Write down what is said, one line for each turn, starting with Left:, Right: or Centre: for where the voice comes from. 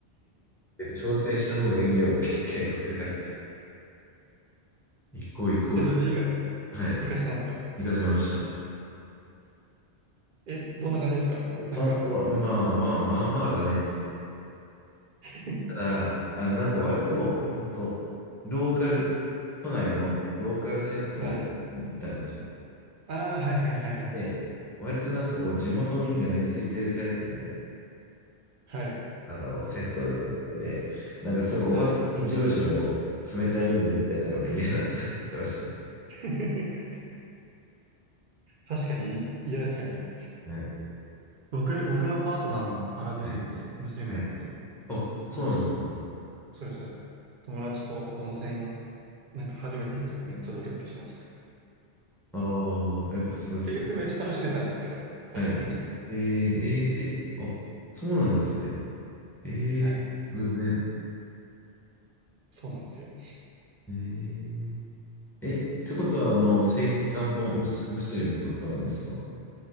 Centre: で挑戦した方がいいよって言って、僕が行こう行こうって、
Right: え、それでいか、
Centre: はい、
Right: いかしたんですか
Centre: 行かせました。
Right: え、どんな感じですかなんか、
Centre: で感想は、まあまあまあまあだね、みたいな。
Right: <laughs>
Centre: ただ、あの、なんか割と、本当ローカル、都内のローカル銭湯みたいなのに行ったんですよ。
Right: はい。ああ、はいはいはいはい。
Centre: で、割となんかこう、地元民が根付いてるタイプの、
Right: はい。
Centre: あの、銭湯だったみたいで、なんかすごいおばさんにじろじろ冷たい目に見られたのが嫌だったって言ってましたね。
Right: <laughs> はい。<laughs> 確かに嫌ですよね。
Centre: はい。
Right: 僕、僕のパートナーもアラブ人でムスリムなんですけど、
Centre: はい。はい。あ、そうなんですね。
Right: 友達と、それそれ。友達と温泉、なんか初めて行くときめっちゃドキドキしてました。
Centre: ああー、やっぱそうですよ。
Right: <laughs> 結局めっちゃ楽しんでたんですけど、最終的には。
Centre: はい。えー、えー、え、あ、そうなんですね。ええ偶然。
Right: はい。そうなんですよ。
Centre: えー、え、ってことは、あの、誠一さんもムス、ムスリムの方なんですか